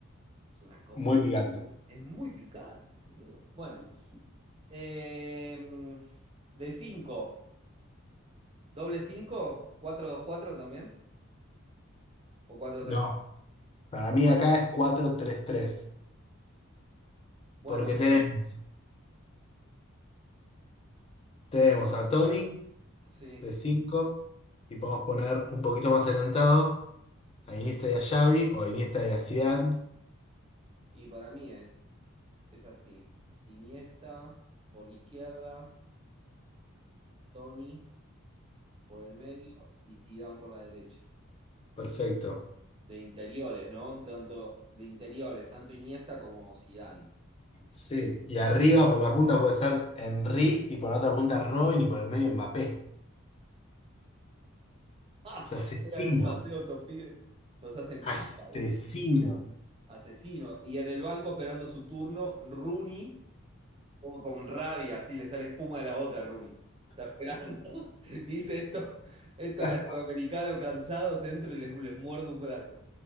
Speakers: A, on the right; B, on the left.
A: es una cosa
B: Muy picante.
A: Es muy picante, boludo. Bueno, em, de cinco doble cinco cuatro dos cuatro también, o cuatro tres
B: No, para mí acá es cuatro tres tres,
A: Bueno,
B: Porque tenemos, tenemos a Tony
A: sí,
B: de 5 y podemos poner un poquito más adelantado a Iniesta y a Xavi o a Iniesta y a Zidane.
A: y para mí es, es así. Iniesta por la izquierda, Toni por el medio y Zidane por la derecha.
B: Perfecto.
A: De interiores, ¿no? Tanto de interiores, tanto Iniesta como Zidane. <laughs>
B: Sí, y arriba por la punta puede ser Henry y por la otra punta Robin y por el medio Mbappé.
A: Ah, nos
B: O asesino,
A: pegan un paseo, estos pibes. Nos hacen
B: asesino.
A: pita, boludo. Asesino. Y en el banco esperando su turno, Rooney, como con rabia, así le sale espuma de la boca a Rooney. Está esperando. <laughs> Dice esto, estos
B: <laughs>
A: latinoamericanos cansados, entro y les, les muerdo un brazo.